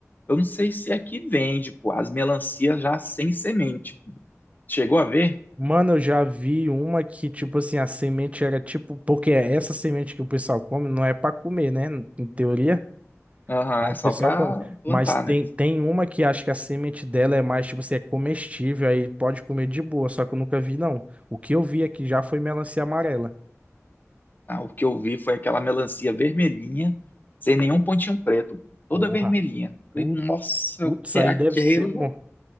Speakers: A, on the left; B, on the right.
A: eu não sei se aqui vende, pô, as melancias já sem semente. Chegou a ver?
B: Mano, eu já vi uma que, tipo assim, a semente era tipo. Porque é essa semente que o pessoal come não é pra comer, né? Em teoria.
A: Aham,
B: Mas
A: é só
B: o pessoal
A: pra
B: come.
A: plantar,
B: Mas tem,
A: né?
B: tem uma que acho que a semente dela é mais, tipo assim, é comestível, aí pode comer de boa, só que eu nunca vi, não. O que eu vi aqui já foi melancia amarela.
A: Ah, o que eu vi foi aquela melancia vermelhinha, sem nenhum pontinho preto, toda
B: Porra,
A: vermelhinha. Falei,
B: pu-
A: nossa,
B: putz,
A: o que
B: aí
A: é aquela?
B: deve ser bom.